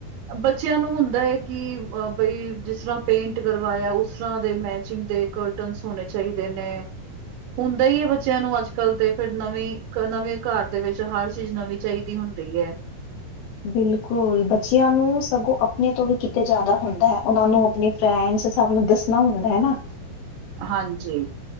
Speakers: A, on the right; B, on the left.
A: ਬੱਚੇਆਂ ਨੂੰ ਹੁੰਦਾ ਐ ਕੀ ਅ ਬਈ ਜਿਸ ਤਰਾਂ ਪੇਂਟ ਕਰਵਾਏਆ ਊਸ ਤਰ ਦੇ ਮੈਚਿੰਗ ਦੇ ਕਟਨਸ ਹੋਣੇ ਚਾਈਦੇ ਨੇ। ਹੁੰਦਾ ਈ ਏ ਬੱਚੇਆਂ ਨੂੰ ਅੱਜ-ਕੱਲ ਤੇ ਫੇਰ ਨਵੀਂ ਨਵੇਂ ਘਰ ਦੇ ਵਿਚ ਹਰ ਚੀਜ਼ ਨਵੀਂ ਚਾਈਦੀ ਹੁੰਦੀ ਐ।
B: ਬਿਲਕੁਲ ਬੱਚੇਆਂ ਨੂੰ ਸਗੋਂ ਆਪਣੇ ਤੋਂ ਵੀ ਕਿਤੇ ਜਾਦਾ ਹੁੰਦਾ ਐ ਓਨਾਂ ਨੂੰ ਅਪਨੀ ਫੈਂਰਡਸ ਦੱਸਣਾ ਹੁੰਦਾ ਐਨਾ।
A: ਹਾਂਜੀ,